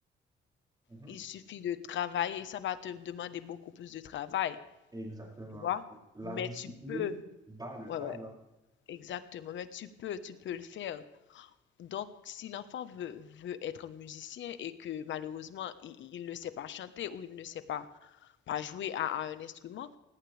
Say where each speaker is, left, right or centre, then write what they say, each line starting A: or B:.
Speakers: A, on the right (about 20°); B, on the left (about 70°).
A: mhm.
B: Il suffit de travailler. Ça va te demander beaucoup plus de travail,
A: Exactement.
B: tu vois.
A: La
B: Mais
A: discipline
B: tu peux,
A: bat le
B: ouais,
A: talent.
B: ouais, exactement. Mais tu peux, tu peux le faire. Donc, si l'enfant veut, veut être musicien et que malheureusement, il, il ne sait pas chanter ou il ne sait pas, pas jouer à, à un instrument,